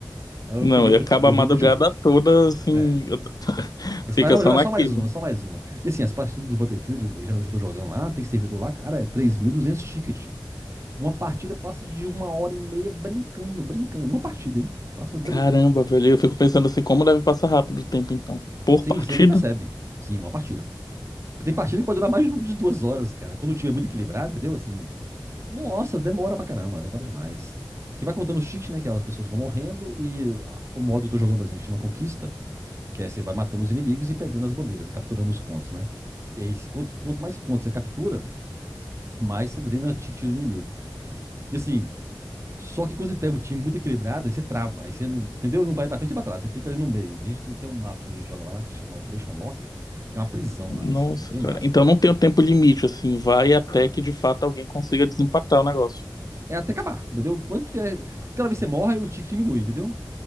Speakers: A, on the right (about 35°); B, on the left (about 55°).
A: Aí eu
B: Não,
A: peguei,
B: e
A: o
B: acaba
A: note- levei
B: a madrugada
A: o notebook.
B: toda, assim,
A: É.
B: eu- <laughs>
A: Aí você
B: fica
A: vai, não,
B: só
A: vou jogar
B: naquilo.
A: só mais uma, só mais uma. E assim, as partidas do Battlefield, eu- geralmente eu tô jogando lá, tem servidor lá, cara, é 3.200 ticket. Uma partida passa de uma hora e meia brincando, brincando. Uma partida, hein? Passa brincando
B: Caramba,
A: assim, uma hora
B: velho.
A: e meia.
B: Eu fico pensando assim, como deve passar rápido o tempo, então. Por
A: Sim,
B: partida?
A: você nem percebe. Sim, uma partida. Tem partida que pode durar mais de duas horas, cara. Quando o time é muito equilibrado, entendeu? Assim, Nossa, demora pra caramba, demora demais. Porque vai contando os cheats, né? Que é as pessoas que vão morrendo e ah, o modo que eu tô jogando, por exemplo, que chama Conquista, que é você vai matando os inimigos e pegando as bandeiras, e capturando os pontos, né? E aí, se- quanto, quanto mais pontos você captura, mais você drena cheat do inimigo. E assim, só que quando você pega um time muito equilibrado, aí você trava, aí você não, entendeu? Não vai pra frente e pra trás, você fica ali no meio. A gente tem um mapa que a gente joga lá, que chama Operation Lock, que é uma prisão
B: Nossa,
A: lá, assim, bem
B: cara.
A: massa.
B: Então não tem o tempo limite, assim. Vai até que de fato alguém consiga desempatar o negócio.
A: É até acabar, entendeu? Quando tiver. Porque cada vez que você morre, o tick diminui, entendeu?